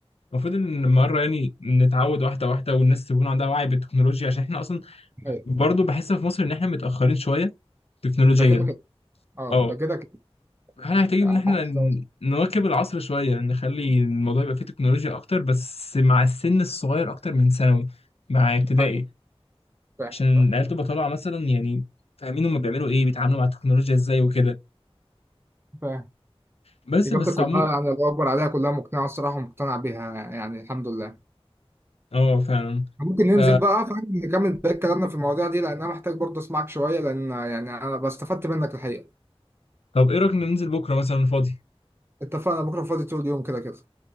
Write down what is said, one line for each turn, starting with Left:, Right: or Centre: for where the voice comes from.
Left: المفروض ان مرة يعني نتعود واحدة واحدة والناس تكون عندها وعي بالتكنولوجيا عشان احنا اصلا
Right: أيوة.
Left: برضو بحس في مصر ان احنا متأخرين شوية تكنولوجيا
Right: ده كده كده اه
Left: اه
Right: ده كده كده
Left: احنا محتاجين
Right: على
Left: ان احنا
Right: عكس
Left: ن- نواكب العصر شوية نخلي الموضوع يبقى فيه تكنولوجيا اكتر بس مع السن الصغير اكتر من ثانوي مع ابتدائي
Right: أيوة، فاهم
Left: عشان
Right: فاهم
Left: العيال تبقى طالعة مثلا يعني فاهمين هما بيعملوا ايه بيتعاملوا مع التكنولوجيا ازاي وكده
Right: فاهم
Left: بس
Right: اجابتك
Left: بس
Right: كلها
Left: عموما
Right: يعني الله اكبر عليها كلها مقنعه الصراحه ومقتنع بيها يعني الحمد لله
Left: اه فعلا
Right: ممكن
Left: ف
Right: ننزل بقى فاهم نكمل بقى كلامنا في المواضيع دي لان انا محتاج برضه اسمعك شويه لان يعني انا بستفدت منك الحقيقه
Left: طب ايه رأيك ننزل بكرة مثلا فاضي
Right: اتفقنا بكره فاضي طول اليوم كده كده